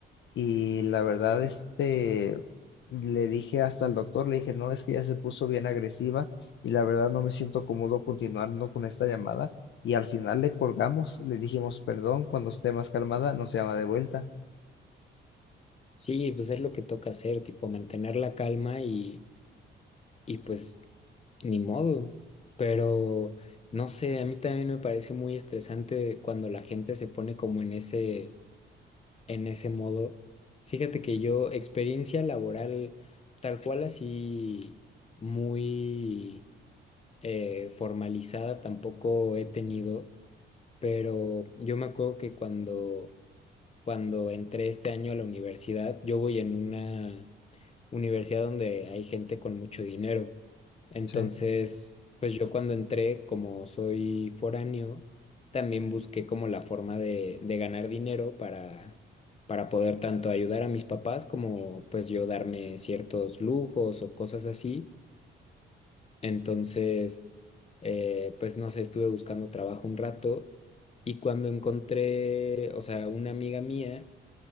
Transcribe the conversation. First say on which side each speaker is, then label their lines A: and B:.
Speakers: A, on the left; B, on the left.
A: Y la verdad, este, le dije hasta al doctor, le dije, no, es que ya se puso bien agresiva y la verdad no me siento cómodo continuando con esta llamada. Y al final le colgamos, le dijimos, perdón, cuando esté más calmada, no se llama de vuelta.
B: Sí, pues es lo que toca hacer, tipo mantener la calma y, y pues ni modo. Pero no sé, a mí también me parece muy estresante cuando la gente se pone como en ese, en ese modo. Fíjate que yo, experiencia laboral tal cual así muy eh, formalizada tampoco he tenido, pero yo me acuerdo que cuando, cuando entré este año a la universidad, yo voy en una universidad donde hay gente con mucho dinero. Entonces,
A: Sí,
B: pues yo cuando entré, como soy foráneo, también busqué como la forma de, de ganar dinero para, para poder tanto ayudar a mis papás como pues yo darme ciertos lujos o cosas así. Entonces, eh, pues no sé, estuve buscando trabajo un rato y cuando encontré, o sea, una amiga mía,